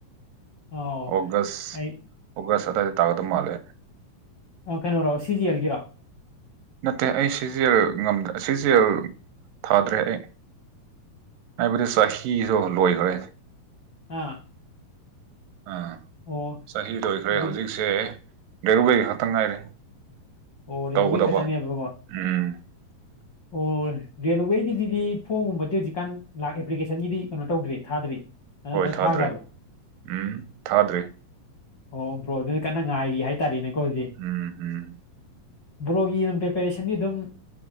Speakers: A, on the left; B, on the right.
A: ꯑꯧ
B: ꯑꯣꯒꯁ
A: ꯑꯩ
B: ꯑꯣꯒꯁ ꯑꯗꯥꯏꯗ ꯇꯥꯀꯗ ꯃꯥꯜꯂꯦ
A: ꯀꯩꯅꯣꯔꯣ ꯁꯤꯖꯤꯑꯦꯜ ꯒꯤꯔꯣ
B: ꯅꯠꯇꯦ ꯑꯩ ꯁꯤꯖꯦꯜꯗ ꯁꯤꯖꯦꯜ ꯊꯥꯗ꯭ꯔꯦ ꯑꯩ ꯍꯥꯏꯕꯗꯤ ꯆꯍꯤꯗꯣ ꯂꯣꯏꯈ꯭ꯔꯦ
A: ꯑꯥ
B: ꯑꯥ
A: ꯑꯣ
B: ꯆꯍꯤ ꯂꯣꯏꯈ꯭ꯔꯦ
A: ꯑꯗꯨꯗꯤ
B: ꯍꯧꯖꯤꯛꯁꯦ ꯗꯦꯔꯨꯕ ꯈꯛꯇꯪ ꯉꯥꯏꯔꯦ
A: ꯑꯣ ꯌꯦꯔꯜꯋꯦ
B: ꯇꯧꯒꯗꯕ
A: ꯈꯛꯇꯅꯦꯕꯀꯣ
B: ꯎꯝ
A: ꯑꯣ ꯔꯦꯜꯋꯦꯒꯤꯗꯨꯗꯤ ꯐꯣꯝꯒꯨꯝꯕꯗꯤ ꯍꯧꯖꯤꯛꯀꯥꯟ ꯑꯦꯄ꯭ꯂꯤꯀꯦꯁꯟꯒꯤꯗꯤ ꯀꯩꯅꯣ ꯇꯧꯗ꯭ꯔꯤ ꯊꯥꯗ꯭ꯔꯤ ꯅꯠꯇ꯭ꯔ
B: ꯍꯣꯏ ꯊꯥꯗ꯭ꯔꯦ
A: ꯊꯥꯈ꯭ꯔꯕꯣ
B: ꯎꯝ ꯊꯥꯗ꯭ꯔꯤ
A: ꯑꯣ ꯕ꯭ꯔꯣ ꯑꯗꯨꯅ ꯀꯟꯅ ꯉꯥꯏꯔꯤ ꯍꯥꯏꯇꯥꯔꯦꯅꯦꯀꯣ ꯍꯧꯖꯤꯛ
B: ꯎꯝ ꯎꯝ
A: ꯕ꯭ꯔꯣꯒꯤ ꯑꯗꯨꯝ ꯄ꯭ꯔꯤꯄꯦꯔꯦꯁꯟꯗꯤ ꯑꯗꯨꯝ